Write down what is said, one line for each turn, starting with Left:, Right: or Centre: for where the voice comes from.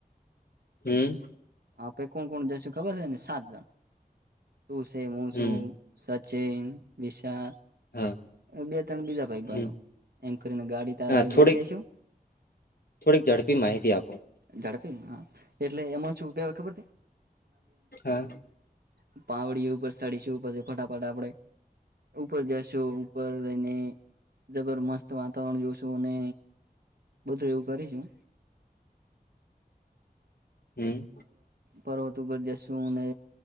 Left: હમ
Right: આપે કોણ કોણ જશું ખબર હશે ને સાત જણ તું છે હું
Left: હમ
Right: છું ચીન વિશા- -
Left: હા
Right: બે ત્રણ બીજા ભાઈ બંધો
Left: હમ
Right: એમ કરીને ગાડી તાર
Left: હા
Right: વાળી
Left: થોડીક
Right: લઈ લેશુ.
Left: થોડીક ઝડપી માહિતી આપો.
Right: ઝડપી એટલે એમાં શું કેવાય ખબર
Left: હા
Right: <unintelligible> પાવડી ઉપર સ્ડી છે પ ફટાફટ આપડે ઉપર જશ. જો ઉપર જઈને જબર મસ્ત વાતાવરણ જોશું અને બધું એવું કરીશું.
Left: હમ.
Right: પર્વતું પર જશું અને